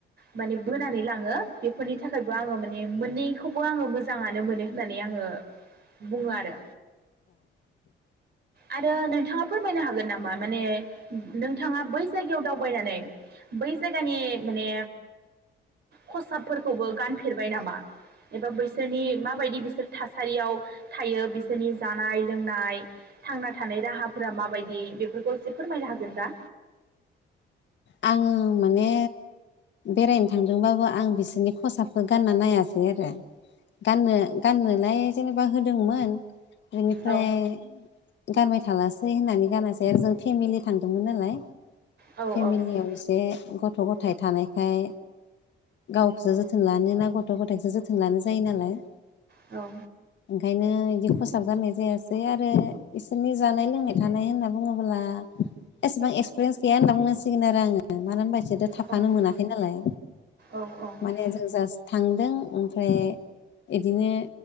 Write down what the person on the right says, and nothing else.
माने बोनानै लाङो बेफोरनि थाखायबो आङो माने मोननैखौबो आङो मोजाङानो मोनो होननानै आङो बुङो आरो। आरो नोंथाङा फोरमायनो हागोन नामा माने नोंथाङा बै जायगायाव दावबायनानै बै जायगानि माने खसाबफोरखौबो गानफेरबाय नामा एबा बैसोरनि माबायदि बिसोर थासारियाव थायो बिसोरनि जानाय लोंनाय थांना थानाय राहाफोरा माबायदि बेफोरखौ एसे फोरमायनो हागोन दा
औ
औ
औ
औ
औ
औ